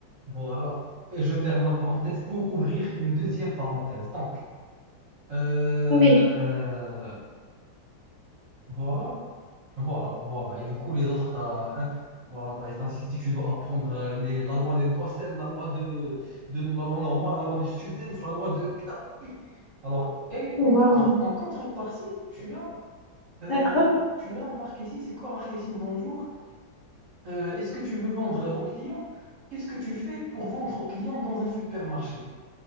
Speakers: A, on the right; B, on the left.
A: voilà. Et je ferme ma parenthèse pour ouvrir une deuxième parenthèse. Donc, euh,
B: oui,
A: voilà. Voilà, voilà. Et du coup, les autres, t'as as, dans les statistique, tu dois apprendre euh, les, la loi de Gossen, la loi de, de la loi normale, la loi de Students, la loi de Knapi. Alors, et en
B: waouh.
A: contre, en contrepartie, tu as, euh,
B: D'accord.
A: tu as marketing. C'est quoi marketing? Bonjour. Euh, est-ce que tu veux vendre aux clients? Qu'est-ce que tu fais pour vendre aux clients dans un supermarché?